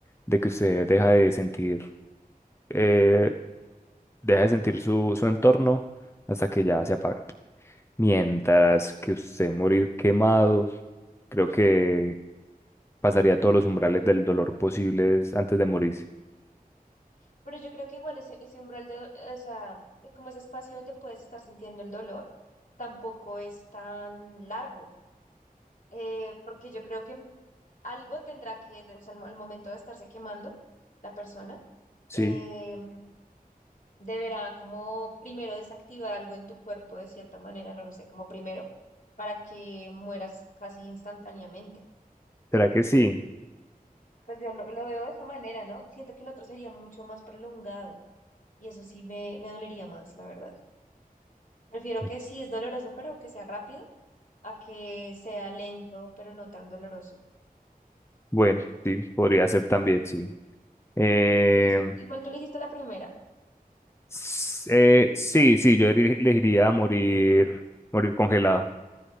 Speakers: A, on the left; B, on the left.
A: de que usted deja de sentir, eh, deja de sentir su, su entorno hasta que ya se apaga. Mientras que usted morir quemado, creo que pasaría todos los umbrales del dolor posibles antes de morirse.
B: <laughs> pero yo creo que igual ese, ese umbral de, do- o sea, eh, como ese espacio donde puedes estar sintiendo el dolor, tampoco es tan largo, eh, porque yo creo que algo tendrá que, de- o sea, al, mo- al momento de estarse quemando la persona,
A: Sí,
B: eh, deberá como primero desactivar algo en tu cuerpo de cierta manera, no lo sé, como primero, para que mueras casi instantáneamente.
A: ¿será que sí?
B: Pues yo lo, lo veo de esa manera, ¿no? Siento que el otro sería mucho más prolongado y eso sí me, me dolería más, la verdad. Prefiero
A: Ah.
B: que sí es doloroso, pero que sea rápido, a que sea lento, pero no tan doloroso.
A: Bueno, sí, podría ser también, sí. Eh,
B: Entonces, igual tú elegiste la primera.
A: s- eh, sí, sí, yo eri- elegiría morir, morir congelado.